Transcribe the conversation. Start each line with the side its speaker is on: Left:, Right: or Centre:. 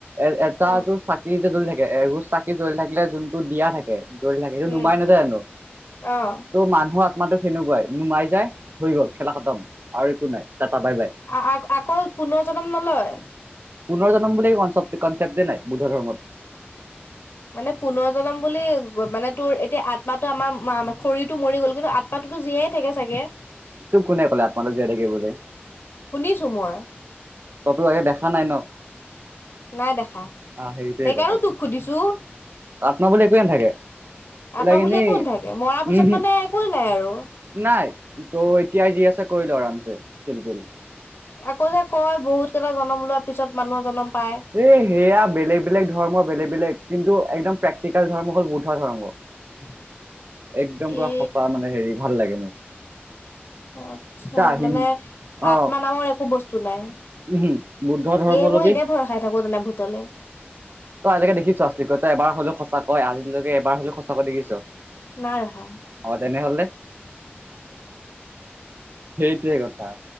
Right: এ এটা
Left: উম,
Right: তোৰ চাকি যে জ্বলি থাকে এগজ চাকি জ্বলি থাকিলে যোনটো দিয়া থাকে জ্বলি থাকে সেইটো
Left: উম,
Right: নুমাই নাযায় জানো?
Left: অ',
Right: ত' মানুহৰ আত্মাটো সেনেকুৱাই নুমাই যায় হৈ গ'ল খেলা-খতম আৰু একো নাই তা তা বাই বাই।
Left: আ-আ-আকৌ পুনৰ জনম নলয়।
Right: পুনৰ জনম বুলি কন-কনচেপ্টেই নাই বুদ্ধ ধৰ্মত।
Left: মানে পুনৰ জনম বুলি মানে তোৰ এতিয়া আত্মাটো আমাৰ শৰীৰতটো মৰি গ'ল কিন্তু আ আত্মাটোতো জীয়াই থাকে চাগে।
Right: তোক কোনে ক'লে আত্মাটো জীয়াই থাকে বুলি।
Left: শুনিছোঁ মই।
Right: কতো আগে দেখা নাই ন'।
Left: নাই দেখা,
Right: আহ সেইটোৱে
Left: সেইকাৰণে
Right: কথা
Left: তোক সুধিছো।
Right: আত্মা বুলি একোৱে নাথাকে এইবিলাক
Left: আত্মা বুলি
Right: এনেই
Left: একো নোথাকে, মৰ
Right: উমহু
Left: পিছত মানে একোৱেই নাই আৰু।
Right: নাই তোৰ এতিয়াই যি আছে কৰিলো আৰামছে চিলপিল।
Left: আকৌ যে কয় বহুত কেইটা জনম লোৱাৰ পিছত মানুহৰ জনম পায়।
Right: এই সেয়া বেলেগ বেলেগ ধৰ্মৰ বেলেগ বেলেগ কিন্তু একদম প্ৰেক্টিকেল ধৰ্ম হ'ল বৌদ্ধ ধৰ্ম।
Left: <unintelligible>
Right: একদম পুৰা
Left: এ
Right: সঁচা মানে হেৰি ভাল লাগে মোক।
Left: আত্ছা
Right: চা হিন
Left: মানে
Right: অ
Left: আত্মা নামৰ একো বস্তু নাই।
Right: উমহু বুদ্ধ ধৰ্ম
Left: এ মই
Right: লবি
Left: এনেই ভয় খাই থাকো তেনে ভূতলে।
Right: তই আজিলৈকে দেখিছ আচলিকে তই এবাৰ হ'লে সঁচাকৈ আজিলৈকে এবাৰ হ'লে সঁচাকৈ দেখিছ।
Left: নাই দেখা।
Right: অহ, তেনেহ'লে। সেইটোৱে কথা।